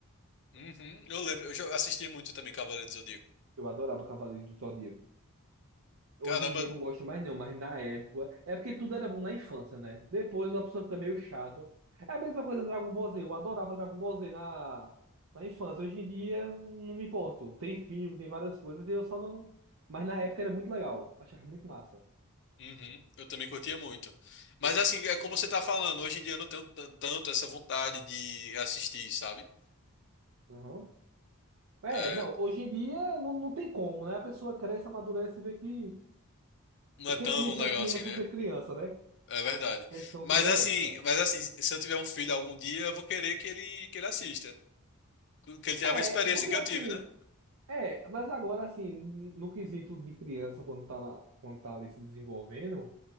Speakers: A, on the left; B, on the right.
A: Uhum. Eu lembro, eu jo- assistia muito também Cavaleiro do Zodíaco.
B: Eu adorava Cavaleiros do Zodíaco. Hoje
A: Caramba,
B: em dia eu não gosto mais não, mas na época... É porque tudo era bom na infância, né? Depois a pessoa fica meio chato. É a mesma coisa Dragon Ball Z. Eu adorava Dragon Ball Z na, na infância. Hoje em dia não me importo. Tem filme, tem várias coisas e eu só não... Mas na época era muito legal. Achava muito massa.
A: uhum. Eu também curtia muito. Mas
B: Oxi.
A: assim, é como você tá falando, hoje em dia eu não tenho tan- tanto essa vontade de assistir, sabe?
B: Aham. É,
A: É,
B: não. Hoje em dia não, não tem como, né? A pessoa cresce, amadurece e vê que...
A: não é tão
B: Tem que deixar
A: legal
B: a criança
A: assim, né?
B: ser criança, né? A
A: É verdade.
B: questão
A: Mas
B: toda
A: assim,
B: é essa.
A: mas assim, se eu tiver um filho algum dia, eu vou querer que ele que ele assista, que ele tenha
B: É,
A: a mesma experiência
B: porque
A: que
B: assim,
A: eu tive, né?
B: é, mas agora assim, no quesito de criança, quando tá, na- quando tá ali se desenvolvendo,